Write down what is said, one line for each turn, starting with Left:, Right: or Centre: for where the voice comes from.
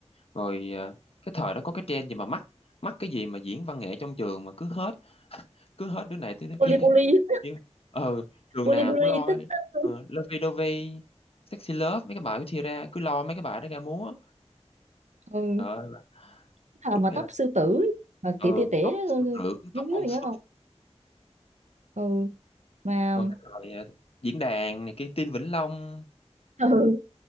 Left: rồi à, cái thời đó có cái trend gì mà mắc mắc cái gì mà diễn văn nghệ trong trường mà cứ hết cứ hết đứa này tới đứa
Right: poly
Left: kia
Right: poly
Left: <laughs>
Right: <laughs>
Left: nhưng ờ trường
Right: poly
Left: nào
Right: poly
Left: cũng lo
Right: tích tích.
Left: ờ,
Right: <laughs>
Left: Lovey Dovey Sexy Love mấy cái bài của Tiara cứ lo mấy cái bài đó ra múa
Right: ừ.
Left: Trời ơi,
Right: thời
Left: đúng
Right: mà
Left: như
Right: tóc
Left: là
Right: sư tử mà
Left: ừ,
Right: tỉa tỉa tỉa
Left: tóc sư tử,
Right: mấy
Left: tóc
Right: đứa
Left: con
Right: mày
Left: sư
Right: nhớ ừ mà
Left: rồi cái thời ờ, diễn đàn này kia Tin Vĩnh Long
Right: ừ